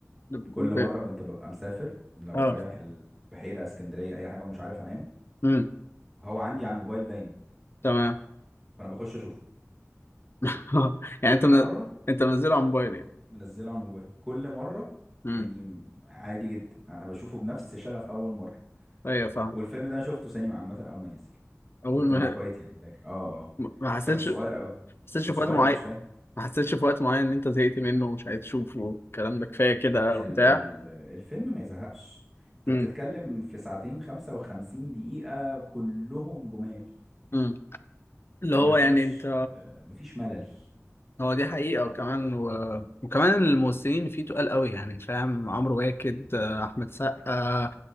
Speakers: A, on the left; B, in the centre.
A: ب...
B: كل مره كنت ببقى مسافر لو
A: اه
B: رايح البحيره اسكندريه اي حاجه ومش عارف انام
A: امم
B: هو عندي على الموبايل دايما
A: تمام
B: فانا بخش اشوفه
A: <laughs> يعني
B: كل
A: انت من...
B: مره
A: انت منزله على موبايل يعني
B: منزله على الموبايل كل مره
A: امم
B: يعني عادي جدا انا بشوفه بنفس شغف اول مره
A: ايوه فاهم
B: والفيلم ده أنا شفته سينما عامة أول ما نزل
A: اول
B: كنت
A: ما
B: مع اخواتي يعني فاكر اه اه آه.
A: ما حسيتش
B: بس أنا كنت صغير
A: ما
B: قوي
A: حسيتش
B: كنت
A: في
B: صغير
A: وقت معين
B: ما كنتش فاهم
A: ما حسيتش في وقت معين ان انت زهقت منه ومش عايز تشوفه الكلام ده كفايه كده
B: ال
A: وبتاع
B: ال الفيلم ما يزهقش أنت
A: امم
B: بتتكلم في ساعتين خمسة وخمسين دقيقة كلهم جمال
A: امم اللي
B: مفيش
A: هو يعني انت
B: آه، مفيش ملل
A: هو دي حقيقه وكمان و... وكمان الممثلين اللي فيه تقال قوي يعني فاهم عمرو واكد آه، احمد سقا